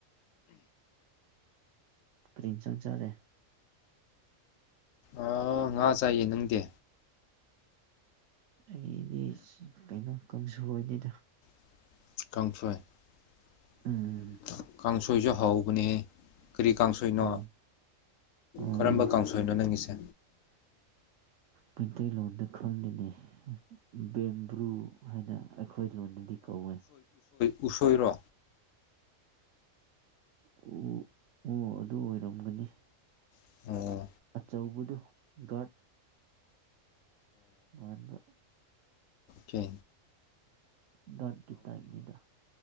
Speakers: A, on the right; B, on the left.
A: ꯀꯔꯤꯡ ꯆꯪꯖꯔꯦ
B: ꯑ ꯉꯥ ꯆꯥꯏꯌꯦ ꯅꯪꯗꯤ
A: ꯑꯩꯗꯤ ꯀꯩꯅꯣ ꯀꯥꯡꯁꯅꯤꯗ
B: <unintelligible>
A: ꯎꯝ
B: ꯁꯣꯏꯁꯨ ꯍꯕꯅꯦ ꯀꯔꯤ ꯀꯥꯡꯁꯣꯏꯅꯣ
A: ꯎꯝ ꯑꯥ
B: ꯀꯔꯝꯕ ꯀꯥꯡꯁꯣꯏꯅꯣ ꯅꯪꯒꯤꯁꯦ
A: ꯃꯩꯇꯩꯂꯣꯟꯗ ꯈꯪꯅꯤꯡꯅꯤ ꯕꯦꯝꯕ꯭ꯔꯨ ꯍꯥꯏꯅ ꯑꯩꯈꯣꯏ ꯂꯣꯟꯗꯗꯤ ꯀꯧꯋꯦ
B: ꯎꯨꯁꯣꯏꯔꯣ
A: ꯑꯣ ꯑꯣ ꯑꯗꯨ ꯑꯣꯏꯔꯝꯒꯅꯤ
B: ꯑꯣ
A: ꯇꯧꯕꯗꯨ ꯒꯥꯔꯗ ꯃꯥꯟꯕ
B: ꯀ
A: ꯥꯗꯒꯤ ꯇꯥꯏꯝꯅꯤꯗꯥ